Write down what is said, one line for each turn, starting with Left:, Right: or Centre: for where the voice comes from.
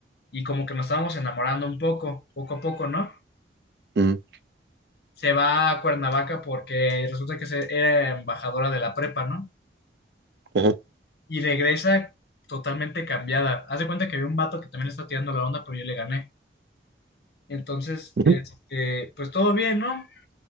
Left: y como que nos estábamos enamorando un poco, poco a poco, ¿no?
Right: Ujú.
Left: Se va a Cuernavaca porque resulta que se- era embajadora de la prepa, ¿no?
Right: Ajá.
Left: Y regresa totalmente cambiada. Haz de cuenta que había un vato que también está tirando la onda, pero yo le gané. Entonces,
Right: Ujú.
Left: este, pues todo bien, ¿no?